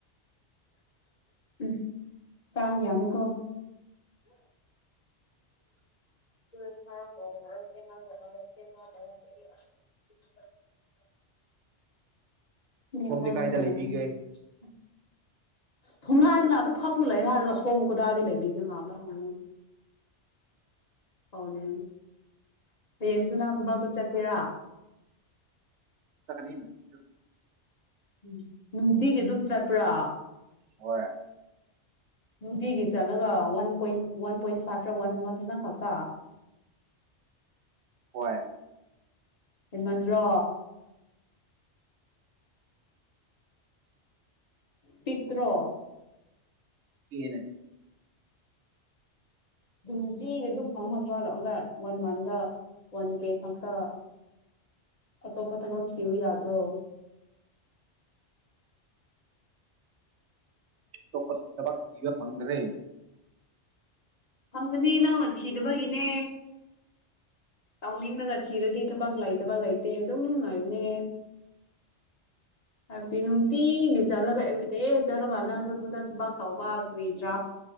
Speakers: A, on the left; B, on the right.
A: <inaudible> ꯀꯥꯡ ꯌꯥꯃꯦꯀꯣ <inaudible>
B: <inaudible>
A: <unintelligible>
B: <inaudible>
A: ꯃꯤ
B: ꯁꯣꯝꯗꯤ
A: ꯃꯥꯅ
B: ꯀꯥꯏꯗ
A: ꯇꯔ
B: ꯂꯩꯕꯤꯒꯦ
A: <unintelligible> ꯊꯣꯡꯉꯥꯟ ꯃꯅꯥꯛꯇ ꯐꯝꯃꯒ ꯂꯩꯌꯨ ꯍꯥꯏꯔꯒ ꯁꯣꯝꯕꯨ ꯀꯗꯥꯏꯗ ꯂꯩꯕꯤꯒꯦ ꯉꯥꯛꯇ ꯍꯪꯡꯉꯨ ꯍꯧꯅꯦ <unintelligible> ꯍꯌꯦꯡꯖꯨ ꯅꯪ ꯊꯕꯥꯛꯇꯣ ꯆꯠꯀꯦꯔ
B: ꯆꯠꯀꯅꯤ ꯅꯨꯡꯇꯤ
A: ꯎꯝ ꯅꯨꯡꯇꯤꯒꯤ ꯑꯗꯨꯝ ꯆꯠꯄ꯭ꯔꯥ
B: ꯍꯣꯏ
A: ꯅꯨꯡꯇꯤꯒꯤ ꯆꯠꯂꯒ one point one point five one one ꯈꯛꯇꯪ ꯈꯛꯇ
B: ꯍꯣꯏ
A: ꯍꯦꯟꯃꯟꯗ꯭ꯔꯣ ꯄꯤꯛꯇ꯭ꯔꯣ
B: ꯄꯤꯛꯑꯦꯅꯦ
A: ꯗꯨ ꯅꯨꯡꯇꯤꯒꯤ ꯑꯗꯨꯝ ꯐꯝꯒ ꯐ <inaudible> ꯂꯥꯛꯔꯦ ꯋꯥꯟ ꯃꯟꯇ ꯋꯥꯟ ꯀꯦ ꯈꯛꯇ ꯑꯇꯣꯞꯄ ꯊꯕꯛ ꯊꯤꯌꯨ ꯌꯥꯗ꯭ꯔꯣ
B: ꯑꯇꯣꯞꯄ ꯊꯕꯛ ꯊꯤꯕ ꯐꯪꯗ꯭ꯔꯦ
A: ꯐꯪꯒꯅꯤ ꯅꯪꯅ ꯊꯤꯗꯕꯒꯤꯅꯦ ꯇꯥꯎꯅꯤꯡꯂꯒ ꯊꯤꯔꯗꯤ ꯊꯕꯛ ꯂꯩꯇꯕ ꯂꯩꯇꯦ ꯑꯗꯨꯝ ꯂꯩꯕꯅꯦ
B: <inaudible>
A: ꯍꯥꯏꯕꯗꯤ ꯅꯨꯡꯇꯤꯒꯤ ꯆꯠꯂꯒ ꯑꯦꯕ꯭ꯔꯤꯗꯦ ꯆꯠꯂꯒ ꯅꯪꯁꯨ ꯗꯨꯗ ꯊꯕꯛ ꯇꯧꯕ ꯀ꯭ꯔꯤꯗ꯭ꯔꯥꯐ